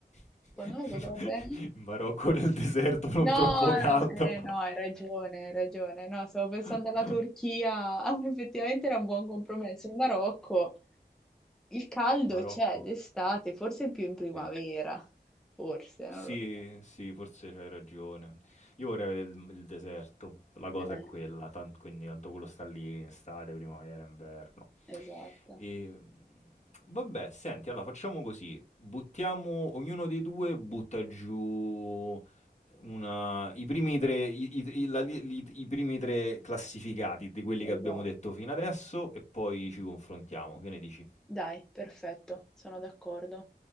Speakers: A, on the left (about 45°); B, in the centre.
A: <laughs>
B: secondo me potrebbe...
A: In Marocco nel deserto non
B: No,
A: troppo caldo.
B: no, eh, no, hai ragione, hai ragione. No, stavo pensando
A: <laughs>
B: alla Turchia. <laughs> Ah, effettivamente era un buon compromesso. Il Marocco, il caldo
A: Marocco,
B: c'è d'estate, forse più in primavera.
A: sì.
B: Forse,
A: Sì,
B: non lo so.
A: sì, forse c'hai ragione. Io vorrei vedere il, il deserto, la cosa
B: Eh,
A: è quella, tan- quindi tanto quello sta lì in estate, primavera, inverno.
B: esatto,
A: E mm, vabbè, senti, allora facciamo così, buttiamo, ognuno dei due butta giù una- i, primi tre, i, i- i- la li- li- i primi tre classificati di quelli
B: esatto.
A: che abbiamo detto fino adesso e poi ci confrontiamo. Che ne dici?
B: Dai, perfetto, sono d'accordo.